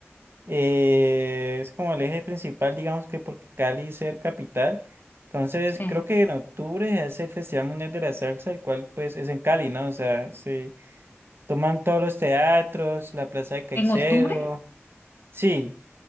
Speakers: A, on the right; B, on the left.
A: eh, es como el eje principal, digamos que porque Cali es el capital. Entonces,
B: Sí.
A: creo que en octubre es el Festival Mundial de la Salsa, el cual pues es en Cali, ¿no? O sea, sí. Toman todos los teatros, la Plaza de Caicedo.
B: ¿En octubre?
A: Sí,